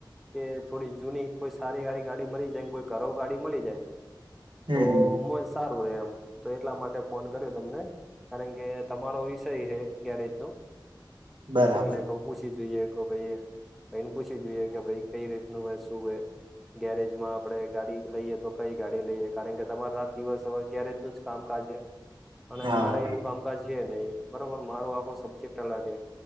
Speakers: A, in the centre; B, on the right.
A: કે થોડી જૂની કોઈ સારી એવી ગાડી મળી જાય. કોઈ કરવ ગાડી મળી જાય.
B: હમ
A: તો મોય સારું રે એમ. તો, એટલા માટે ફોન કર્યો તમને. કારણ કે તમારો વિષય હે ગેરેજનો.
B: બરાબર
A: એટલે કઉ પૂછી જોઈએ કે ભાઈ ભાઈને પૂછી જોઈએ કે ભાઈ કઈ રીતનુ હોય, શું હોય, ગેરેજમાં આપણે ગાડી લઈએ તો કઈ ગાડી લઈએ? કારણ કે તમારો રાત દિવસ હવે ગેરેજનું જ કામકાજ છે. અને
B: હા
A: મારે એવું કામકાજ છે નય. બરોબર મારો આખો સબ્જેક્ટ અલગ એ